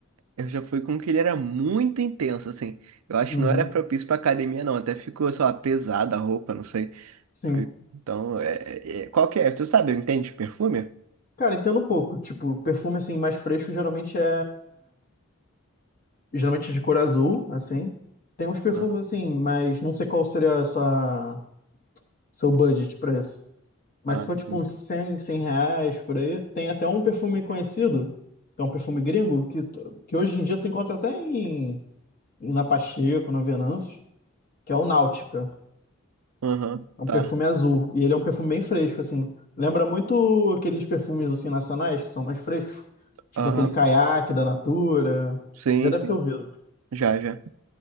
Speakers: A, on the right (about 80°); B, on the left (about 40°).
A: Eu já fui com um que ele era muito intenso, assim. Eu acho
B: Uhum,
A: que não era propício pra academia, não. Até ficou, sei lá, pesada a roupa, não sei.
B: sim.
A: Foi- Então, é, é- é, qual que é? Tu sabe, entende de perfume?
B: Cara, entendo um pouco. Tipo, perfume assim mais fresco geralmente é geralmente é de cor azul, assim. Tem uns perfumes
A: Ah,
B: assim, mas não sei qual seria a sua seu budget pra isso. Mas
A: ah,
B: se for
A: entendi.
B: tipo uns 100 100 reais por aí, tem até um perfume conhecido, que é um perfume gringo, que, tu- que hoje em dia tu encontra até em, em- na Pacheco, na Venâncio, que é o Náutica.
A: Aham,
B: É um
A: tá.
B: perfume azul. E ele é um perfume bem fresco, assim. Lembra muito aqueles perfumes assim nacionais, que são mais frescos. Tipo
A: Aham.
B: aquele Caiaque da Natura.
A: Sim,
B: Já deve
A: sim.
B: ter ouvido.
A: Já, já.